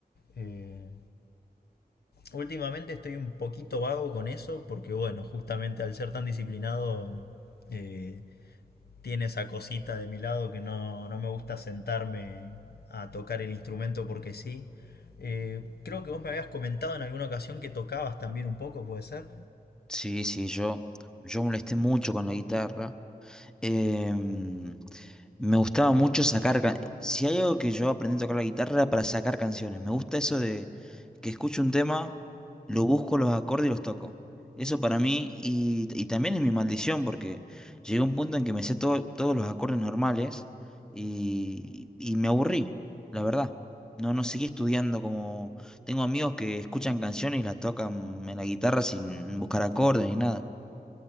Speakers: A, on the left; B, in the centre.
A: Eh, últimamente estoy un poquito vago con eso, porque bueno, justamente al ser tan disciplinado... eh, tiene esa cosita de mi lado que no, no me gusta sentarme a tocar el instrumento porque sí. Eh, creo que vos me habías comentado en alguna ocasión que tocabas también un poco, ¿puede ser?
B: Sí, sí, yo, yo molesté mucho con la guitarra. Em, me gustaba mucho sacar... ca- Si hay algo que yo aprendí a tocar la guitarra era para sacar canciones. Me gusta eso de que escucho un tema, lo busco los acordes y los toco. Eso para mí y, y también es mi maldición porque llegué a un punto en que me sé todo- todos los acordes normales y, y me aburrí, la verdad. No, no seguí estudiando como... Tengo amigos que escuchan canciones y las tocan en la guitarra sin buscar acordes ni nada.